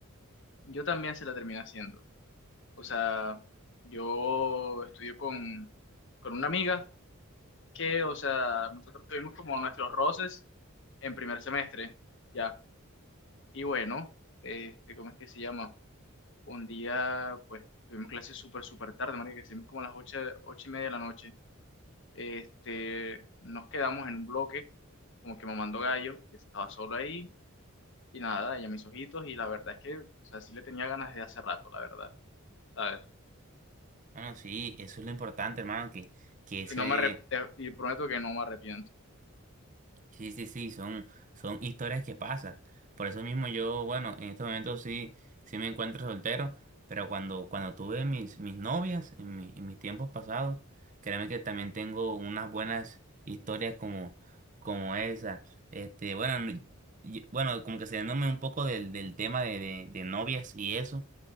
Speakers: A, on the left; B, on the right.
A: yo también se la terminé haciendo. O sea, yo estudio con, con una amiga que, o sea, nosotros tuvimos como nuestros roces en primer semestre, ya. Y bueno, este, ¿cómo es que se llama? Un día, pues, tuvimos clases súper, súper tarde, marica, que hicimos como a las ocho, ocho y media de la noche. Este, nos quedamos en un bloque, como que mamando gallo, y estaba solo ahí, y nada, ella mis ojitos, y la verdad es que, o sea, sí le tenía ganas de hace rato, la verdad, ¿sabes?
B: Bueno, sí, eso es lo importante, hermano, que, que ese
A: Y no me arrep- te- y prometo que no me arrepiento.
B: Sí, sí, sí, son, son historias que pasan. Por eso mismo yo, bueno, en estos momentos sí, sí me encuentro soltero, pero cuando, cuando tuve mis, mis novias en, mi- en mis tiempos pasados, créeme que también tengo unas buenas historias como, como esa. Este, bueno, n- y- bueno, como que saliéndome un poco del, del tema de, de, de novias y eso.